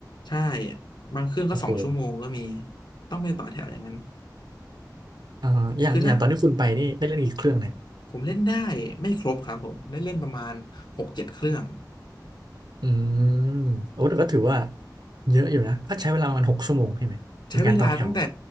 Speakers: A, on the left; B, on the right.
A: ใช่บางเครื่องก็สองชั่วโมงก็มี
B: โอ้โห
A: ต้องไปต่อแถวอย่างนั้น
B: อ่าอย่างอย่างตอนที่คุณไปนี่ได้เล่นกี่เครื่องเนี่ย
A: คือถ้าผมเล่นได้ไม่ครบครับผมได้เล่นประมาณหกเจ็ดเครื่อง
B: อืมโอ้แต่ก็ถือว่า
A: อืม
B: เยอะอยู่นะก็ใช้เวลาประมาณหกชั่วโมงใช่ไหมในการต่อแถว
A: ใช้เวลาตั้งแต่